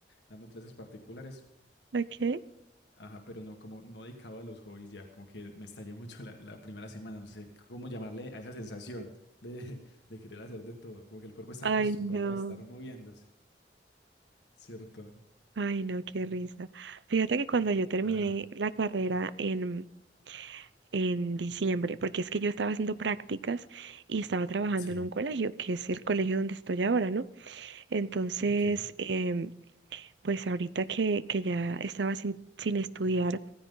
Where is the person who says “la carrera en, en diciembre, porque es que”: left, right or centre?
Right